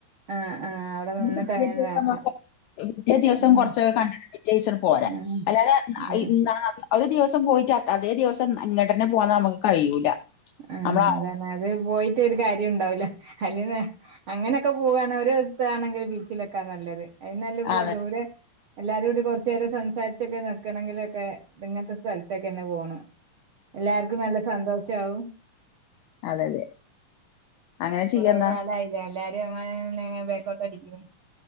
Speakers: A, on the right (about 70°); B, on the left (about 80°).
A: ആഹ് ആഹ് അവിടെ
B: <unintelligible>
A: നിന്നിട്ട് അങ്ങനെ ഇതാക്കാം
B: ഏഹ് പിറ്റേ ദിവസം
A: ഉം
B: കൊറ ച്ചൊ കണ്ട്ട്ട് പിറ്റേസട് പോരാ
A: ഉം
B: അല്ലാത ഉം അയ്
A: ആഹ്
B: ഉം ന്താ ആക്കി ഒര് ദിവസം പോയിട്ട് അത് അതേ ദിവസം ഇങ്ങട്ടന്നെ പോന്നാ അമ്മക്ക് കഴിയൂല
A: ആഹ്
B: നമ്മള
A: അതാണ് അത് പോയിട്ടൊര് കാര്യൊണ്ടാവുല അല്ലേന്നാ അങ്ങനെക്കെ പോവാന്നാ ഒരോസ്ത്തതാണെങ്കി ബീച്ചിലൊക്കാ നല്ലത് അയിനും നല്ലേപ്പൊ
B: അതെ
A: ദൂരെ എല്ലാരൂടി കൊറ്ച്ചേരം സംസാരിച്ചൊക്കെ നിക്കണങ്കിലൊക്കെ ത്ങ്ങത്തെ സ്ഥലത്തേക്കെന്നേ പോണം എല്ലാര്ക്കും നല്ല സന്തോഷാവും
B: അതെതെ അങ്ങനെ
A: കൊറേ
B: ചെയ്യാം എന്താ
A: കാലായില്ലേ എല്ലാരും അങ്ങനെ ബേക്കോട്ട് അടിക്കുന്നു